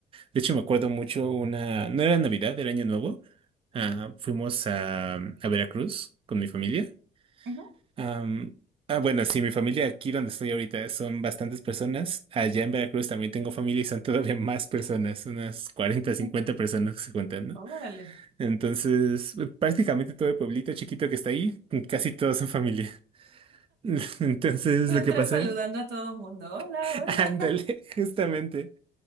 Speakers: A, on the right; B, on the right.
A: De hecho, me acuerdo mucho una, no era Navidad, era Año Nuevo. ah, fuimos a, a Veracruz con mi familia.
B: Ujú,
A: Am, ah, bueno, sí, mi familia aquí donde estoy ahorita son bastantes personas. Allá en Veracruz también tengo familia y son todavía más personas, unas cuarenta
B: ujú.
A: cincuenta personas que se cuentan, ¿no?
B: Órale.
A: Entonces, prácticamente todo el pueblito chiquito que está ahí, casi todos son familia. <laughs> Entonces,
B: Tú entras
A: lo que pasé,
B: saludando a todo el mundo. Hola,
A: <laughs>
B: hola.
A: ándale, justamente.